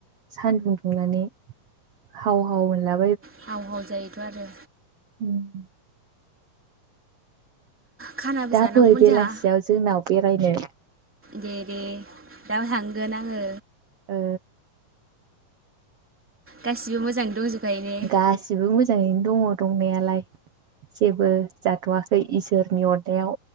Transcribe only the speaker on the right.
सान्दुं दुंनानै हाव औला
उम
दा
फै बेलासियाव
जोंनाव बेरायनो
ओ
गासिबो मोजाङैनो दङ दंनायालाय जेबो जाथ'वाखै इसोरनि अरदाव